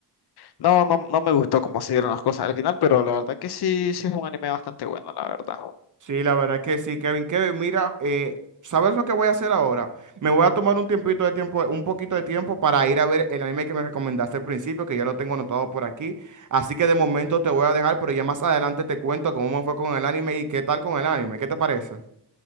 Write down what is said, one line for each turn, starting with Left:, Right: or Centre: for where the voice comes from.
Left: No, no, no me gustó cómo se dieron las cosas al final, pero la verdad que sí, sí es un anime bastante bueno, la verdad.
Right: Sí, la verdad que sí, Kevin. Kevin, mira, eh, ¿sabes lo que voy a hacer ahora? Me voy a tomar un tiempito de tiempo, un poquito de tiempo para ir a ver el anime que me recomendaste al principio, que ya lo tengo anotado por aquí. Así que de momento te voy a dejar, pero ya más adelante te cuento cómo me fue con el anime y qué tal con el anime. ¿Qué te parece?